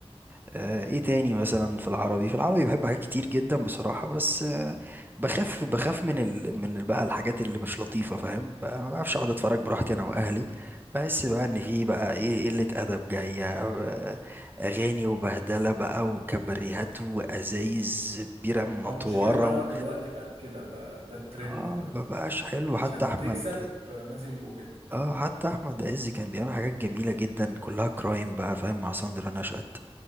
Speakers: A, on the right (about 20°); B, on the right (about 80°).
A: آه، ايه تاني مثلا في العربي في العربي بحب حاجات كتير جدا بصراحة بس آه، بخاف بخاف من ال... من ال- بقى الحاجات اللي مش لطيفة فاهم بقى ما بعرفش اقعد اتفرج براحتي انا واهلي بحس بقى ان في بقى ايه
B: مم.
A: إيه قلة ادب جاية آه، اغاني وبهدلة بقى وكباريهات وازايز بيرة منطورة
B: هو المشكله ان هو
A: و...
B: دلوقتي بقت كده بقى ده الترند
A: اه
B: دلوقتي
A: مبقاش حلو
B: عشان
A: حتى احمد
B: تكسب آه، لازم يبقوا كده
A: اه حتى احمد عز كان بيعمل حاجات جميلة جدا كلها كرايم بقى فاهم مع ساندرا نشأت